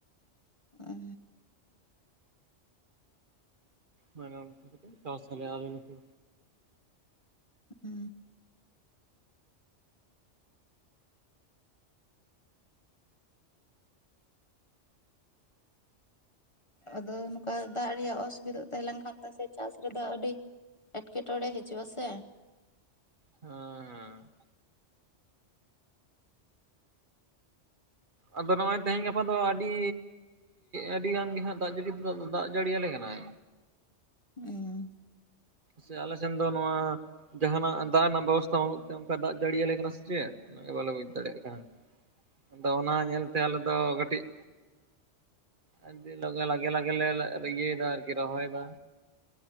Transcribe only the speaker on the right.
ᱵᱟᱝ ᱟ ᱚᱱᱠᱟ ᱠᱟᱛᱮᱜ ᱪᱟᱥ ᱟᱞᱮ ᱟᱞᱮ ᱱᱚᱛᱮ᱾
ᱦᱮᱸ ᱦᱮᱸ᱾ ᱟᱫᱚ ᱱᱚᱜᱼᱚᱭ ᱛᱮᱦᱮᱧ ᱜᱟᱯᱟ ᱫᱚ ᱟᱹᱰᱤ ᱟᱹᱰᱤ ᱜᱟᱱ ᱜᱮ ᱦᱟᱸᱜ ᱫᱟᱜ ᱡᱟᱹᱲᱤ ᱛᱮᱫᱚ ᱟᱫᱚ ᱫᱟᱜ ᱡᱟᱹᱲᱤᱭᱟᱞᱮ ᱠᱟᱱᱟᱭ᱾
ᱥᱮ ᱟᱞᱮ ᱥᱮᱱ ᱫᱚ ᱱᱚᱣᱟ ᱡᱟᱦᱟᱱᱟᱜ ᱫᱟᱜ ᱨᱮᱱᱟᱜ ᱵᱮᱵᱚᱥᱛᱷᱟ ᱵᱟᱹᱱᱩᱜ ᱛᱮ ᱚᱱᱠᱟ ᱫᱟᱜ ᱡᱟᱹᱲᱤᱭᱟᱞᱮ ᱠᱟᱱᱟ ᱥᱮ ᱪᱮᱫ ᱚᱱᱟᱜᱮ ᱵᱟᱞᱮ ᱵᱩᱡᱽ ᱫᱟᱲᱮᱭᱟᱜ ᱠᱟᱱ᱾ ᱟᱫᱚ ᱚᱱᱟ ᱧᱮᱞᱛᱮ ᱟᱞᱮ ᱫᱚ ᱠᱟᱹᱴᱤᱡ ᱟᱸ <unintelligible> ᱞᱚᱜᱮ ᱞᱟᱜᱮ ᱞᱟᱜᱮ ᱞᱮ ᱨᱮᱤᱭᱟᱹᱭᱫᱟ ᱟᱨᱠᱤ ᱨᱚᱦᱚᱭᱫᱟ᱾